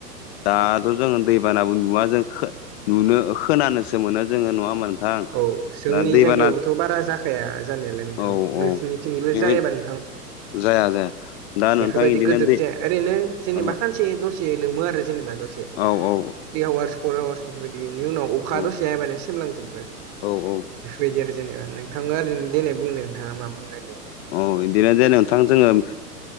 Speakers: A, on the left (about 40°); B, on the right (about 40°).
A: दाथ' जोङो दैबानाबो नुवा जों खो नुनो खोनानोसो मोनो जोङो नोङा होबा नोंथां
B: औ जोंनि
A: दा दैबाना
B: जायगायावबोथ' बारा जाख फाया जानायालाय नोंथां
A: औ औ
B: नोंसोरनिथिंल'
A: बेबायदि
B: जायोबा नोंथां
A: जाया जाया दा
B: बेफोरबायदि
A: नोंथां बिदिनो
B: गोदोर
A: दै
B: जाया ओरैनो जेनेबा
A: ओहो
B: खानसे दसे लोमो आरो जेनेबा दसे
A: औ औ
B: दैआव फर आवार्स बेफोरबायदिनि उनाव अखा
A: औ
B: दसे हायाबानो सेमलांजोबो
A: औ औ
B: बेफोरबायदि आरो जेनेबा नोंथाङा
A: औ
B: ओरै देनाय बुंनाय नोंथाङा मा बुंनोनागिरदों
A: औ बिदिनो जेन नोंथां जोङो